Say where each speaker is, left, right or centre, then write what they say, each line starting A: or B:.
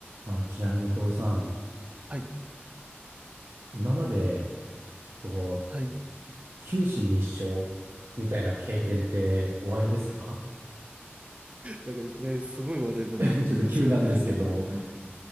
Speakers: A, on the right; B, on the right.
A: あ、ちなみに、徹さん、
B: はい。
A: 今まで、こう、
B: はい。
A: 九死に一生みたいな経験って終わりですか
B: なんかいきなりすごい話題だなと思いますが、
A: <laughs> ちょっと急なんですけど、